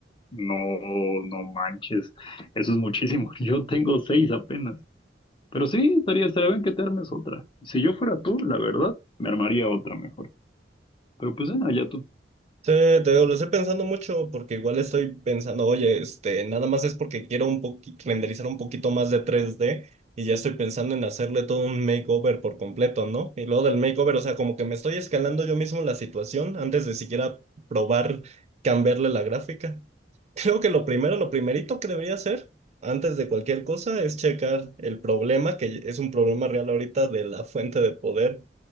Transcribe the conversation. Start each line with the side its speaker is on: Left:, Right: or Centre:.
Left: no, no manches, eso es muchísimo. <laughs> Yo tengo 6 apenas, pero sí, estaría, estaría bien que te armes otra. Si yo fuera tú, la verdad, me armaría otra mejor. Pero pues, eh, allá tú.
Right: Sí, te digo, lo estoy pensando mucho porque igual estoy pensando, oye, este, nada más es porque quiero un poqui- renderizar un poquito más de tres d y ya estoy pensando en hacerle todo un makeover por completo, ¿no? Y luego del makeover, o sea, como que me estoy escalando yo mismo la situación antes de siquiera probar cambiarle la gráfica. <laughs> Creo que lo primero, lo primerito que debería hacer antes de cualquier cosa es checar el problema, que es un problema real ahorita de la fuente de poder.